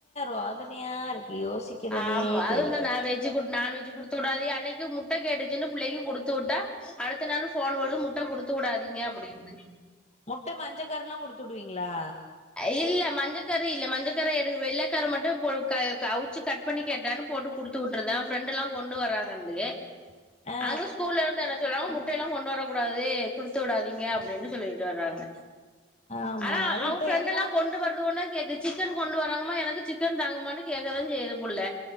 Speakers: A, on the left; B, in the centre.
A: பதனையா இருக்கு யோசிக்கிறதே
B: ஆமா அது
A: பெரிய
B: இந்த நா வெஜ் குட் நான்வெஜ்ஜு குடுத் துடாதிய அன்னிக்கு முட்ட கேட்டுச்சுன்னு புள்ளைக்கு குடுத்துவுட்டா அடுத்த நாளு ஃபோனு வருது முட்ட குடுத்துவுடாதீங்க அப்டின்னு
A: முட்ட மஞ்சக்கருலா குடுத்துடுவீங்ளா
B: அ இல்ல மஞ்சக்கரு இல்ல மஞ்சக்கரு எனக்கு வெள்ளக்கரு மட்டு பொலு க அவுச்சு கட் பண்ணி கேட்டானு போட்டு குடுத்துவுட்ருந்த ஃப்ரெண்டெல்லா கொண்டு வராங்கண்டு
A: ஆ
B: அங்க ஸ்கூல்லர்ந்து என்ன சொல்றாங்க முட்டையெல்லா கொண்டு வர கூடாது குடுத்துவுடாதீங்க அப்டின்னு சொல்லீட்டு வராங்க
A: ஆமா
B: ஆ
A: அது
B: அவ
A: இப்ப
B: ஃப்ரெண்டெல்லா
A: எல்லா
B: கொண்டு வருதுவன்தா கேக்கு சிக்கன் கொண்டு வராங்கம்மா எனக்கு சிக்கன் தாங்கம்மானு கேக்கதா செய்யுது புள்ள